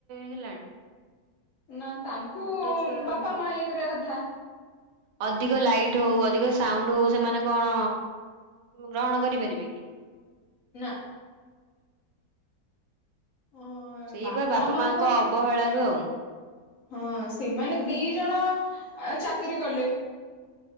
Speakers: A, on the right; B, on the left.
A: ହେଲାଣି?
B: ନା ତାଙ୍କୁ
A: ଛୋଟ ଛୁଆ
B: ବାପା ମା ଇଏ କରିବା କଥା।
A: ଅଧିକ ଲାଇଟ୍ ହଉ ଅଧିକ ସାଉଣ୍ଡ ହଉ ସେମାନେ କଣ ଗ୍ରହଣ କରିପାରିବେ କି?
B: ନା। ଅ
A: ସେଇବା ବାପା
B: ମା
A: ମାଙ୍କ
B: ତ
A: ଅବହେଳାରୁ ଆଉ।
B: ହଁ ସେମାନେ ଦି ଜଣ ଆଁ ଚାକିରି କଲେ।